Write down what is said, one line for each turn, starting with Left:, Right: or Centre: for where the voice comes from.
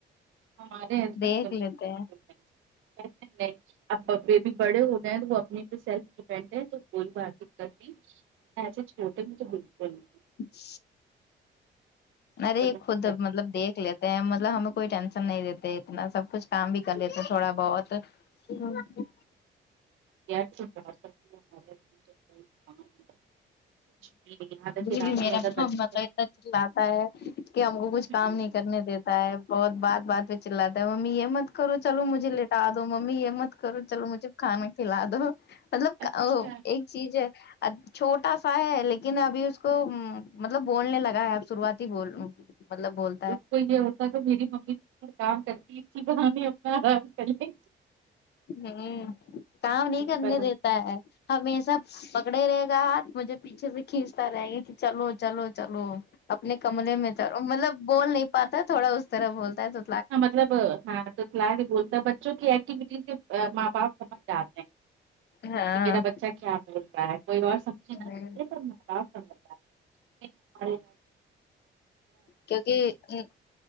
Right: ہمارے ہسبینڈ
Left: دیکھ
Right: تو نہیں
Left: لیتے
Right: بالکل
Left: ہے
Right: <unintelligible> اب ابیے بھیی بڑے ہو گئے ہیں تو وہ اپنے پہ سیلف ڈپینڈ ہے تو کوئی بات نہیں کرنی ایے چھوٹے میں تو بالکل
Left: ا
Right: ان
Left: ارے
Right: کا تو نہیں
Left: خود
Right: کرنا۔
Left: مطلب دیکھ لیتے ہے مطلب ہمیں کوئی ٹینشن نہیں دیتے اتنا سب کچھ کام بھی کر لیتے تھوڑا بہت جی <unintelligible>
Right: <unintelligible> کچھ بھی نہیں، یہاں تک
Left: ج
Right: کہ رات
Left: جی میرا
Right: میں اگر
Left: بھی <unintelligible>
Right: بچے
Left: اتنا چلاتا ہے کہ ہم کو کچھ کام
Right: ہوں،
Left: نہیں کرنے دیتا ہے بہت بات بات پہ چلاتا ہے ممی یہ مت کرو چلو مجھے لی بتا دو ممی یہ مت کرو چلو مجھے کھانا کھلا دو مطلب
Right: اچھا
Left: ایک چیز ہے چھوٹ سا ہے لیکن ابھی اس کو مطلب بولنے لگا ہے اب شروعات ہی بول مطلب بول
Right: اس کو یہ ہوتا ہے کہ میری ممی کام کرتی ا بنانے اپنا آرام کرنے
Left: ہ کام نہیں کرنے
Right: پر ہم
Left: دیتا ہے ہمیشہ پکڑے رہے گا ہاتھ مجھے پیچھے سے کھینچتا رہے گی کہ چلو چلو چلو اپنے کملے میں تو مطلب بول نہیں پاتا ہے تھوڑا اس طرح بولتا ہے تو
Right: مطلب ہاں توتلا کے بولتا ہے بچوں کی ایکٹیوٹی سے ماں باپ سمجھ جاتے ہیں
Left: ہاں
Right: کہ میرا بچہ کیا بول رہا ہے کوئی اور سم سمچے یہ نہ
Left: ہوں
Right: سمجھےپر ماں باپ سمجھ جا تے ہیں
Left: کیونکہ ا